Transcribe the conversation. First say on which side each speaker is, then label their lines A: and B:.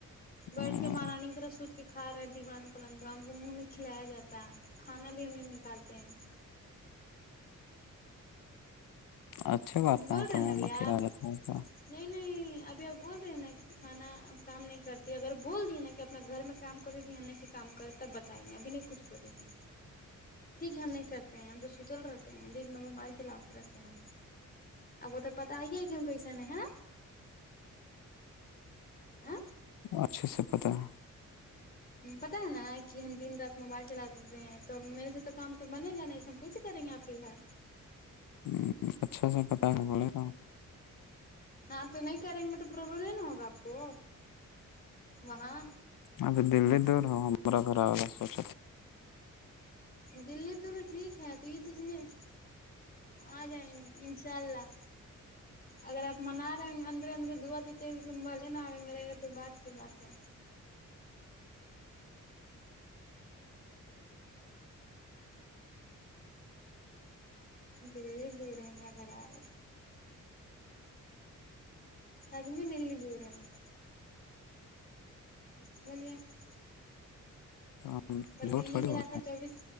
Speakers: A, on the left (about 85°); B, on the left (about 30°).
A: میں
B: بیٹھ کے مہارانی کیرح سو کہ کھا رہے دیوان پلنگ کو ہم کو منہ میں کھلایا جاتا ہے کھانا بھی ہم نہیں نکالتے ہیں
A: اچھا بات
B: بول
A: نہ ہے
B: رہے
A: تو
B: ہیں
A: ماما
B: نا بھیا
A: کھلا
B: آپ
A: جاتا ہے تو
B: نہیں نہیں ابھی آپ بول رہے ہیں نا کہ کھانا کام نہیں کرتی اگر بول دی نا کہ اپنا گھر میں کام کری ت یہ نہیں کہ کام کرے تب بتائیں گے ابھی نہیں کچھ بولیں گے ٹھیک ہے ہم نہیں کرتے ہیں ہم تو ستل رہتے ہیں دن میں موبائل چلاات رہتے ہیں اب وہ تو پتا ہی ہے کیوں کیسے ن ہے آ
A: اچھے سے پتاہ ہے
B: پتا ہے نا کہ ہم دن رات موبائل چلا دیتے ہیں تو میرے سے تو کام تو بنے گا نہیں تو ہم پ کریں گے آپھر گھر
A: ہ اچھا س پتاہ ہے بولے تو
B: ہاں تو نہیں کریں گے تو پرابلم نہیں نا ہوگا آپ کو وہاں
A: ااں دلی دور ہو ہمارا گھر آا سوچ
B: دلی دور ٹھیک ہے تو یہ چیز نہیں آ جائیں گے انشاء اللہ اگر آپ منا رہے ہ اندرے اندرے دعا دیتے ہو بھلے نہ آئے میرے گ تو بات کی بات ہے د دور ہے ہما گھر آ <unintelligible> اد مل دور <unintelligible> مولے <unintelligible>
A: تو ہم
B: پر
A: جوٹ
B: دلی
A: تھوڑی
B: کے
A: ہوولتے
B: راستہ
A: ہیں
B: چوبیس